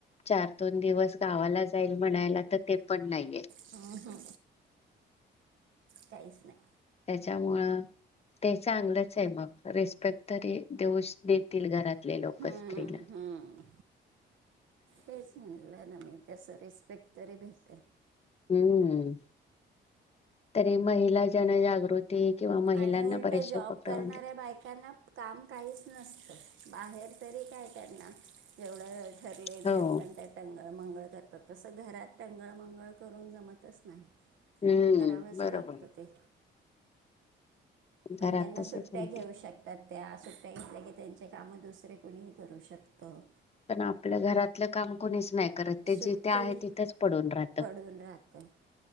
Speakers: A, on the left (about 30°); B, on the right (about 75°).
A: चार दोन दिवस गावाला जाईल म्हणायला तर ते पण नाहीये.
B: ह ह काहीच नाही.
A: त्याच्यामुळ ते चांगलंच आहे मग रिस्पेक्ट तरी देऊश देतील घरातले लोक
B: हम्म,
A: स्त्रीला
B: हम्म. तेच म्हणलं ना मी तस रिस्पेक्ट तरी भेट ते
A: हम्म तरी महिला जनजागृती किंवा महिलांना
B: आणि उलट
A: बरेचसे
B: जॉब
A: उपक्रम
B: करणाऱ्या
A: आणले
B: बायकांना काम काहीच नसतं बाहेर तरी काय त्यांना जेवढं ठरले
A: हो
B: त्यात पण त्या टंग मंगळ तसं घरात टंगळ मंगळ करून जमतच नाही.
A: हम्म
B: करावंच
A: बरोबर.
B: लागतं ते आणि
A: घरात
B: त्यांना
A: तसच
B: सुट्ट्या
A: म्हणते
B: घेऊ शकतात त्या सुट्ट्या घेतल्या त्यांचे कामं दुसरे कुणीही करू शकतं.
A: पण आपलं घरातलं काम कणीच नाही करत ते
B: सुट्टी
A: जिथे आहे तिथेच पडून राहत.
B: पडून राहतं